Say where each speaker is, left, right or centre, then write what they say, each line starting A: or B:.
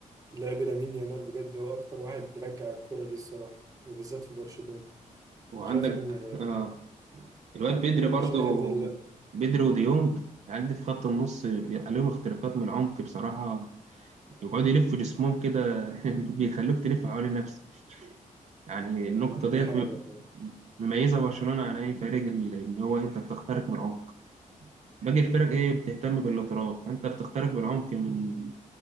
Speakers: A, on the right; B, on the right.
A: لعب لامين يامال بجد هو اكتر واحد رجع الكرة دي الصراحة وبالذات في برشلونة
B: وعندك
A: أنا شايف ان
B: اه الواد بدري
A: انا
B: برضو
A: شايف ان لا
B: بدري وديونج العيال دي في خط النص بيبقى عليهم اختراقات من العمق بصراحة بيقعدوا يلفوا جسمهم كده <laughs> بيخلوك تلف حوالين نفسك يعني النقطة ديت
A: دي حقيقة
B: م- مميزة برشلونة عن أي فريق ال- إن هو أنت بتخترق من العمق باقي الفرق إيه بتهتم بالاطراف فأنت بتخترق بالعمق من